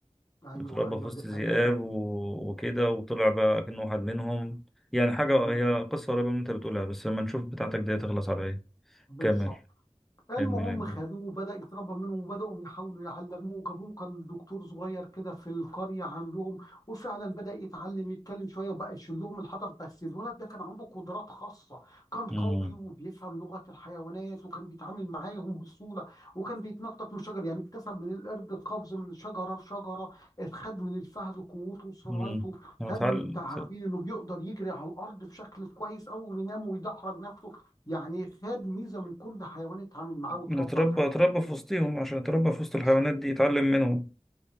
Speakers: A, on the left; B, in the centre.
A: ايوه
B: اتربى
A: ايوه
B: في وسط
A: دي حقيقة
B: ذئاب و- وكده وطلع بقى كأنه واحد منهم يعني حاجه
A: مهم.
B: هي قصه قريبه من اللي انت بتقولها بس لما نشوف بتاعتك دي تخلص على ايه
A: بالظبط
B: كمل
A: المهم
B: كمل يا
A: خدوه وبدأ يتربى منهم وبدأوا يحاولوا يعلموه وجابوا له كان دكتور صغير كده في القرية عندهم وفعلا بدأ يتعلم يتكلم شوية وبقى يشيل لهم الحطب بس الولد ده كان عنده قدرات خاصة كان قوي
B: بيه.
A: وبيفهم لغة الحيوانات وكان بيتعامل معاهم بسهولة وكان بيتنطط من شجر يعني اكتسب من القرد القفز من شجرة لشجرة اتخد من الفهد قوته وسرعته
B: مم. هو
A: خد
B: اتعلم
A: من التعابين انه بيقدر يجري على الأرض بشكل كويس أوي وينام ويدحرج نفسه يعني خد ميزه من كل حيوان اتعامل معاه واتربى
B: نتربى
A: معاه
B: اتربى في وسطهم عشان اتربى في وسط
A: بالظبط
B: الحيوانات دي يتعلم منهم